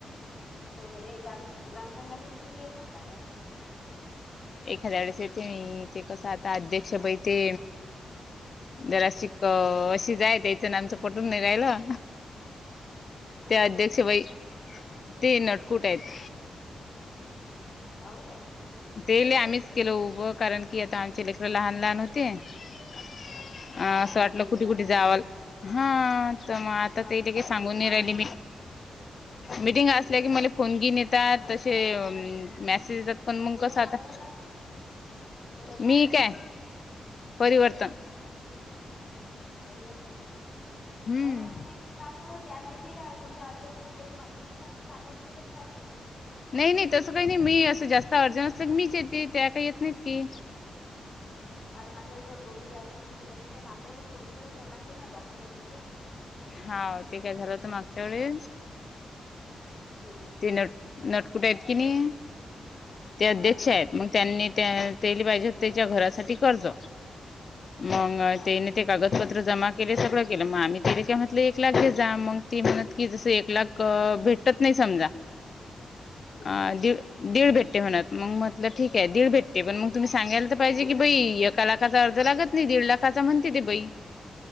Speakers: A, on the left (about 20°); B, on the left (about 40°).
A: म हे ग्राम ग्राम संंघाच्या मिटिंगला येत नसता काय
B: एखाद्या वेळेस येते मी ते कसं आता अध्यक्ष बई ते जराशी क अशी जाय त्याचं नं आमचं पटून नि रायला
A: कोण
B: त्या
A: आहे
B: अध्यक्ष
A: तुमच्या इथं
B: बाई
A: अध्यक्ष
B: ते नटकुट आहेत
A: हो काय
B: ते ल आम्हीच केलं उभं कारण की आता आमचे लेकरं लहान लहान होते अ
A: हा हा
B: असं वाटलं
A: मिटिंगला
B: कुठे
A: जाणार
B: कुठे
A: नाही
B: जावल
A: होत तुम्ही
B: हा तर मग आता
A: हा
B: तेले
A: बँकेचं
B: काही सांगून
A: काम
B: नाही राहिली
A: पडते
B: मी मिटिंग असल्या
A: नाही काय
B: की मला फोन बिन येतात तसे मेसेज येतात पण मग
A: कोण
B: कस
A: आहे
B: आता
A: ग्रामसंघात पुणे ग्राम
B: मी
A: संघात
B: काय परिवर्तन
A: परिवर्तन मध्ये
B: हम्म
A: नाही मग मिटिंग त्या नाही गेल्या समजा अध्यक्षां त्या माहिती नाही झाल आपण गेलंच चालतेय ना
B: नाही नाही तसं काही नाही मी असं जास्त अडजण असलं की मीच येते त्या काही येत नाहीत की
A: कारण आपल्याला जर लोन घ्यायचं असेल तर आपल्यालाच प्रोसिजर करावी लागते ना डॉक्युमेंट हे ते
B: हा ते काय झालं होत मागच्या वेळेस
A: हम्
B: ते नट नटकुट आहेत कि नाही ते अध्यक्ष
A: हां हां
B: आहेत मग त्यांनी त्याली पाहिजे होतं त्याच्या घरासाठी कर्ज मग
A: हां
B: त्याने
A: हां
B: ते कागदपत्र जमा केले सगळं केलं मग आम्ही त्याले काय म्हंटली एक लाख घे जा मग ती म्हणत कि जस एक लाख भेटत नाही समजा अ
A: हं, हं,
B: दिडं
A: हं.
B: दीड भेटते म्हनंत मग म्हटलं ठीक आहे दीड भेटते पण मग तुम्ही सांगायला तर पाहिजे की बाई एका लाखचा अर्ध लागत नाही दीड लाखाचा म्हणते ते बाई